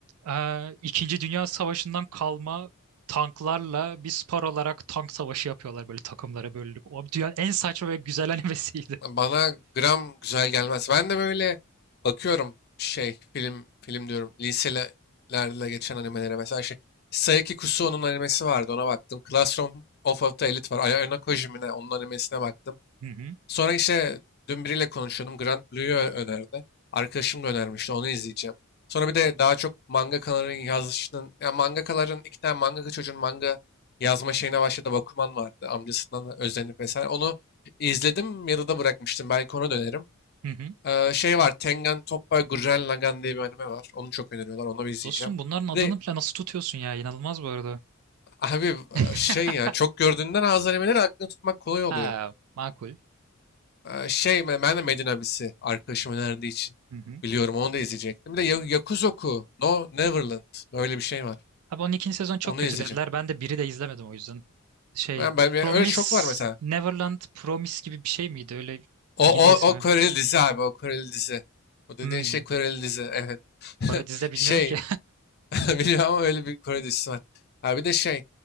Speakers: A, on the right (about 90°); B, on the left (about 50°).
A: e, İkinci Dünya Savaşı'ndan kalma tanklarla bir spor olarak tank savaşı yapıyorlar böyle takımlara bölünüp. O dünyanın en saçma ve güzel <laughs> animesiydi.
B: Bana gram güzel gelmez. Ben de böyle bakıyorum şey film film diyorum liselerle geçen animelere. Mesela şey Saiki Kusuo'nun animesi vardı ona baktım. Classroom of a Elite var. Ayano Kojimine onun animesine baktım.
A: Hı hı,
B: Sonra işte dün biriyle konuşuyordum. Grand Blue'yu ö- önerdi. Arkadaşım da önermişti. Onu izleyeceğim. Sonra bir de daha çok mangakaların yazışının, ya mangakaların iki tane mangaka çocuğun manga yazma şeyine başladı. Bakuman vardı. Amcasından da özenip vesaire. Onu izledim. Yarıda bırakmıştım. Belki ona dönerim.
A: hı hı.
B: Ee, şey var. Tengen Toppa Gurren Lagann diye bir anime var. Onu çok öneriyorlar. Onu bir izleyeceğim.
A: Dostum bunların adını
B: Bir De,
A: bile nasıl tutuyorsun ya? İnanılmaz bu arada.
B: abi
A: <laughs>
B: e, şey ya çok gördüğünden az animeleri aklını tutmak kolay oluyor.
A: Ha, makul.
B: Ee, şey ben ben de Medin abisi arkadaşım önerdiği için
A: Hı hı.
B: biliyorum onu da izleyecektim. Bir de Ya- Yakuzoku No Neverland böyle bir şey var.
A: Abi 12. sezon çok
B: Onu
A: kötü
B: izleyeceğim.
A: dediler. Ben de biri de izlemedim o yüzden. Şey,
B: Ben, ben ben-
A: Promise
B: öyle çok var mesela.
A: Neverland Promise gibi bir şey miydi? Öyle
B: O
A: İngilizce
B: o
A: ismi.
B: o Koreli dizi abi o Koreli dizi. O dediğin
A: Hmm.
B: şey Koreli dizi evet. <laughs>
A: Bu arada dizide bilmiyorum
B: Şey
A: ki.
B: <laughs> biliyorum ama öyle bir Kore dizisi var. Ha, bir de şey